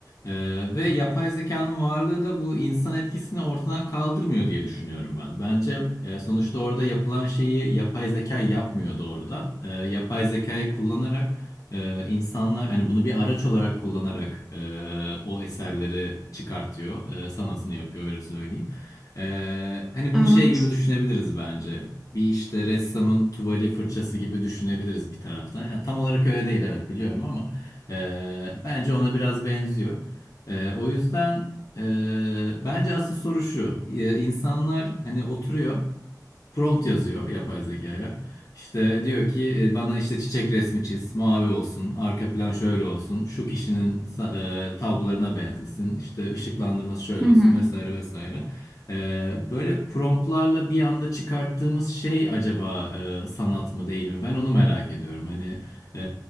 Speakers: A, on the left (about 55°); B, in the centre.
A: Eee, ve yapay zekanın varlığı da bu insan etkisini ortadan kaldırmıyor diye düşünüyorum ben. Bence eee, sonuçta orada yapılan şeyi yapay zeka yapmıyor doğrudan. Eee, yapay zekayı kullanarak ee, insanlar hani bunu bir araç olarak kullanarak e, o eserleri çıkartıyor, e, sanatını yapıyor öyle söyleyeyim. Ee, hani bunu
B: Evet.
A: şey gibi düşünebiliriz bence. Bir işte ressamın tuvali fırçası gibi düşünebiliriz bir taraftan. Ya tam olarak öyle değil evet biliyorum ama e, bence ona biraz benziyor. E, o yüzden e, bence asıl soru şu. E, insanlar hani oturuyor prompt yazıyor yapay zekaya. İşte diyor ki e, bana işte çiçek resmi çiz, mavi olsun, arka plan şöyle olsun, şu kişinin sa- e, tablolarına benzesin, işte ışıklandırması şöyle
B: Hı
A: olsun
B: hı.
A: vesaire vesaire. E, böyle promptlarla bir anda çıkarttığımız şey acaba e, sanat mı değil mi? Ben onu merak ediyorum. Hani e,